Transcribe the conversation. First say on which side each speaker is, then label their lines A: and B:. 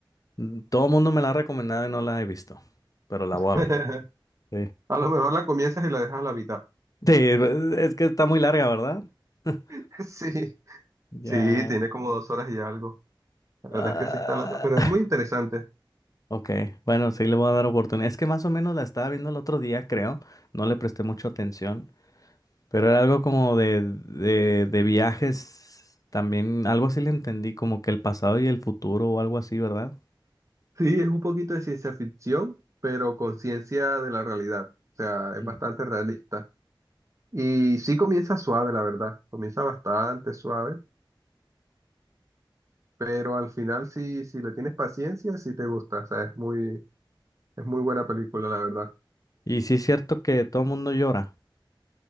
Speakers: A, on the left; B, on the right.
A: Mm, Todo el mundo me la ha recomendado y no la he visto, pero la
B: <laughs>
A: voy a ver. Sí,
B: A lo mejor la comienzas y la dejas a la mitad.
A: Sí, es que está muy larga, ¿verdad? <laughs>
B: <laughs> Sí,
A: ya.
B: sí, tiene como dos horas y algo. La verdad
A: Ah,
B: es que sí está, la- pero es muy interesante.
A: Ok, bueno, sí le voy a dar oportunidad. Es que más o menos la estaba viendo el otro día, creo. No le presté mucha atención, pero era algo como de, de, de viajes. También algo así le entendí, como que el pasado y el futuro o algo así, ¿verdad?
B: Sí, es un poquito de ciencia ficción, pero con ciencia de la realidad. O sea, es
A: Mm.
B: bastante realista. Y sí comienza suave, la verdad. Comienza bastante suave, pero al final si, si le tienes paciencia, sí te gusta. O sea, es muy, es muy buena película, la verdad.
A: Y sí es cierto que todo el mundo llora.